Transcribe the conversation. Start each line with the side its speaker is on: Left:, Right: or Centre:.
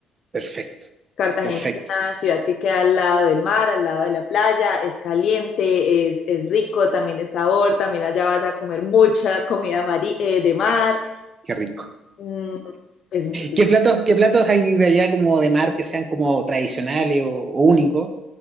Right: Perfecto,
Left: Cartagena
Right: perfecto,
Left: es una ciudad que queda al lado del mar, al lado de la playa, es caliente, es, es rico, también es sabor, también allá vas a comer mucha comida mari- eh, de mar,
Right: qué rico.
Left: mm, es muy rico.
Right: ¿Qué platos, qué platos hay de allá como de mar que sean como tradicionales o, o únicos?